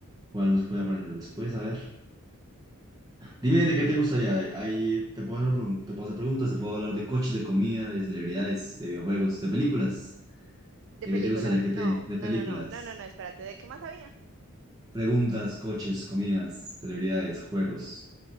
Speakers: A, on the right; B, on the right.
A: cuál nos puede aparecer después. A ver, dime de qué te gustaría. Ahí ahí te puedo hacer, pregun- te puedo hacer preguntas, te puedo hablar de coches, de comida, de celebridades, de videojuegos, de películas.
B: De
A: ¿De
B: película.
A: qué te gustaría que
B: No,
A: te, de
B: no,
A: películas?
B: no, no, no, no, no, espérate. ¿De qué más había?
A: Preguntas, coches, comidas, celebridades, juegos